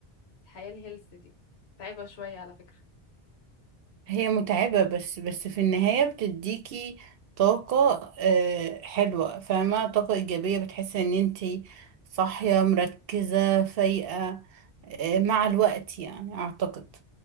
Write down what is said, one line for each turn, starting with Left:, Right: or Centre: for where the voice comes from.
Left: والحياه الهيلث دي تعبه شويه على فكره
Right: هي متعبة بس بس في النهاية بتديكي طاقة آه، حلوة فاهمة طاقة ايجابية بتحسي ان انتي صاحية مركزة فايقة آه، مع الوقت يعني اعتقد